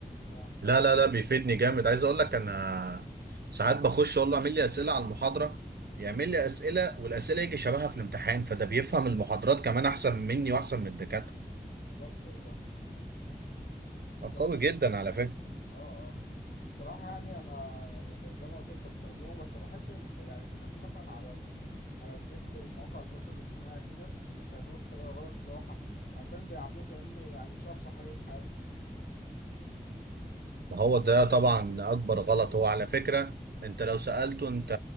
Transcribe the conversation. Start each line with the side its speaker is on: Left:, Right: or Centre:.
Left: اه
Right: لا لا لا بيفيدني جامد عايز اقول لك انا ساعات بخش اقول له اعمل لي اسئله على المحاضره يعمل لي اسئله والاسئله يجي شبهها في الامتحان فده بيفهم المحاضرات كمان احسن مني واحسن من الدكاتره
Left: بجد والله للدرجه
Right: قوي جدا
Left: دي؟
Right: على فكره
Left: اه اه الصراحه يعني انا يعني ب- زي ما قلت لك بستخدمه بس بحس ان يعني بشوف مثلا على ال... على النت ومواقع التواصل الاجتماعي في ناس بتستخدمه بطريقه غلط اللي هو ح- حرفيا بيعاملوه كانه يعني شخص حقيقي في حياتهم
Right: ما هو ده طبعا اكبر غلط هو على فكرة انت لو سألته انت